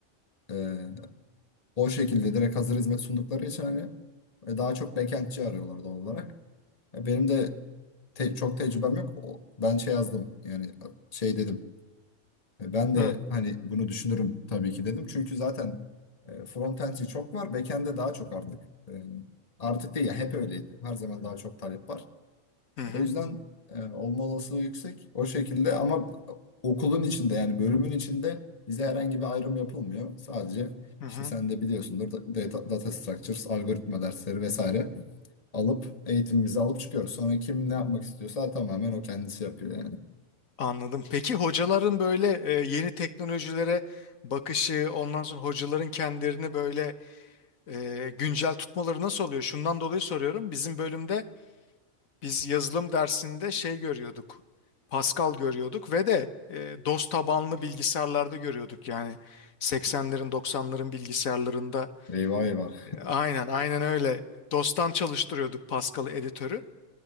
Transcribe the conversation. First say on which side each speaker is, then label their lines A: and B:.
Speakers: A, on the left; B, on the left.
A: Ee, o şekilde direkt hazır hizmet sundukları için hani e, daha çok backendçi arıyorlar doğal olarak. E, benim de te- çok tecrübem yok. O, ben şey yazdım yani e, şey dedim. E, ben de
B: Hı
A: hani bunu düşünürüm tabii ki dedim. Çünkü zaten e, frontendçi çok var. Backend'de daha çok artık. E, artık değil ya hep öyleydi. Her zaman daha çok talep var.
B: hı hı.
A: O yüzden e, olma olasılığı yüksek o şekilde ama okulun içinde yani bölümün içinde bize herhangi bir ayrım yapılmıyor. Sadece
B: hı
A: işte
B: hı.
A: sen de biliyorsundur da- data, data structures, algoritma dersleri vesaire alıp eğitimimizi alıp çıkıyoruz. Sonra kim ne yapmak istiyorsa tamamen o kendisi yapıyor yani.
B: Anladım. Peki hocaların böyle e, yeni teknolojilere bakışı, ondan sonra hocaların kendilerini böyle e, güncel tutmaları nasıl oluyor? Şundan dolayı soruyorum. Bizim bölümde biz yazılım dersinde şey görüyorduk. Pascal görüyorduk ve de e, DOS tabanlı bilgisayarlarda görüyorduk. Yani 80'lerin 90'ların bilgisayarlarında
A: Eyvah eyvah.
B: e, aynen aynen öyle. DOS'tan çalıştırıyorduk Pascal'ı editörü.